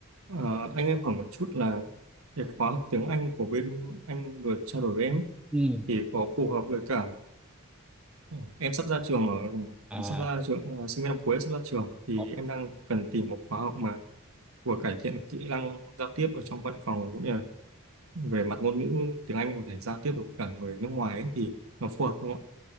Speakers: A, on the right (about 70°); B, in the centre.
A: Ờ, anh em hỏi một chút là cái khóa học tiếng Anh của bên anh vừa trao đổi với em ấy,
B: Ừ.
A: thì có phù hợp với cả ừ, em sắp ra trường
B: À,
A: ở sắp ra trường ờ, sinh viên năm cuối sắp ra trường thì
B: ờ,
A: em đang cần tìm một khóa học mà vừa cải thiện được kỹ năng giao tiếp ở trong văn phòng cũng như là về mặt ngôn ngữ tiếng Anh có thể giao tiếp được với cả người nước ngoài ấy, thì nó phù hợp không ạ?